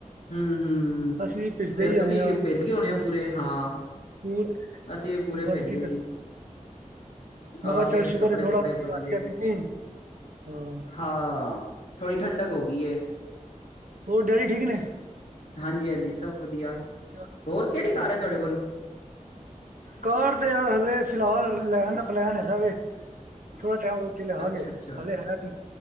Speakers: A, on the left; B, on the right.
A: ਹੂੰ ਹੂੰ
B: ਅਸੀਂ ਵੀ ਭਿਜਦੇ
A: ਫੇਰ
B: ਹੀ
A: ਤੁਸੀਂ
B: ਆਏ ਹਾਂ
A: ਭਿੱਜ ਗਏ ਹੋਣੇ
B: ਬਸ
A: ਪੂਰੇ ਹਾਂ ਹਾਂ
B: ਹੋਰ
A: ਅਸੀਂ ਪੂਰੇ
B: ਬਸ
A: ਭਿੱਜ ਗਏ
B: ਕੀ
A: ਸੀ
B: ਦੱਸਾਂ-
A: ਆਕੇ
B: ਮੈ ਕਿਹਾ ਚੱਲ
A: ਫੇਰ
B: ਸ਼ੂਕਰ
A: ਕੱਪੜੇ
B: ਏ ਥੋੜਾ-ਬੋਤ
A: ਕੁਪੜੇ ਬਦਲੇ
B: ਘੱਟ ਗਿਆ ਮੀਹ ਹਾਂ।
A: ਹਾਂ ਥੋੜ੍ਹੀ ਠੰਡਕ ਹੋ ਗਈ ਏ।
B: ਹੋਰ ਡੈਡੀ ਠੀਕ ਨੇ
A: ਹਾਂਜੀ-ਹਾਂਜੀ ਸਭ ਵਧੀਆ।।
B: ਚੱਲ
A: ਹੋਰ ਕਿਹੜੀ
B: ਵਧੀਆ
A: ਕਾਰ ਏ ਤੁਹਾਡੇ ਕੋਲ?
B: ਕਾਰ ਤੇ ਯਾਰ ਹਣ ਲੇ ਫਿਲਹਾਲ ਲੈਣ ਦਾ ਪਲੈਨ ਹੈਗਾ ਵੇ ਥੋੜਾ ਟੈਮ ਲੱਗੇ ਕੇ ਲਿਆਗੇ
A: ਅੱਛਾ ਅੱਛਾ
B: ਹੱਲੇ ਹੈ ਨੀ